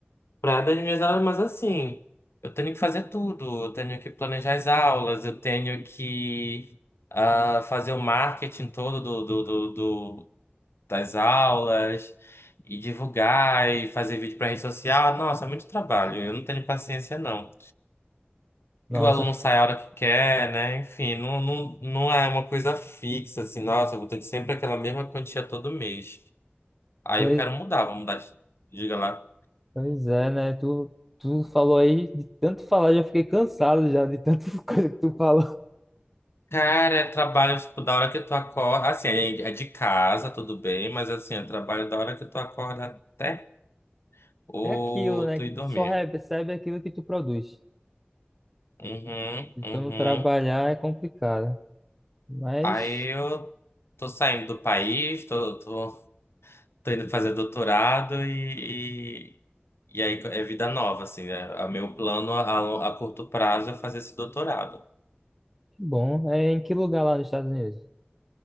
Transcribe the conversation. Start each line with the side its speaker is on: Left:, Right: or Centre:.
Left: para dar as minhas aulas, mas assim, eu tenho que fazer tudo. Eu tenho que planejar as aulas, eu tenho que ah, fazer o marketing todo do do do das aulas e divulgar e fazer vídeo para rede social. Nossa, é muito trabalho. Eu não tenho paciência, não.
Centre: nossa,
Left: E o aluno sai a hora que quer, né? Enfim, não, não, não é uma coisa fixa, assim, nossa, eu vou ter que sempre aquela mesma quantia todo mês. Aí
Centre: pois,
Left: eu quero mudar, vou mudar. de- Diga lá.
Centre: pois é, né? Tu, tu falou aí, de tanto falar, já fiquei cansado já de tanta <laughs> coisa que tu falou.
Left: Cara, é trabalho, tipo, da hora que tu acorda. Assim, é é de casa, tudo bem, mas assim, é trabalho da hora que tu acorda até ou
Centre: É aquilo, né?
Left: tu
Centre: Que
Left: ir
Centre: tu
Left: dormir.
Centre: só recebe aquilo que tu produz.
Left: Uhum,
Centre: Se
Left: uhum.
Centre: tu não trabalhar é complicado. Mas
Left: Aí eu tô saindo do país, tô, tô, tô indo fazer doutorado e, e, e aí é vida nova, assim, né? A meu plano a, a curto prazo é fazer esse doutorado.
Centre: Que Bom, é em que lugar lá nos Estados Unidos?